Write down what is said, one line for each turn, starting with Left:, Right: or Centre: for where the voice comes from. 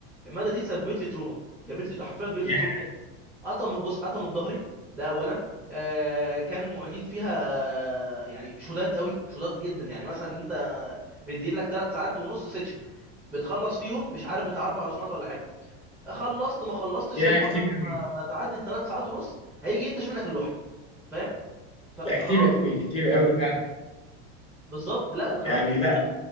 Centre: الماده دي سببت لي تروما جابت لي حرفيا جابت
Left: يا
Centre: لي تروما قطم بص قطم الظهري ده اولا آه كان المعيدين فيها يعني شداد قوي شداد جدا يعني مثلا انت مدين لك ثلاث ساعات ونص سكشن بتخلص فيهم مش عارف بتاع اربع رسومات ولا حاجه خلصت ما خلصتش
Left: يا
Centre: هو
Left: كتير
Centre: بعد
Left: قوي
Centre: ما, ما تعدي الثلاث ساعات ونص هيجي ينتش منك اللوحه فاهم ف- فخلاص
Left: لا كتير قوي كتير قوي فعلا
Centre: بالظبط لا وكمان
Left: يعني لا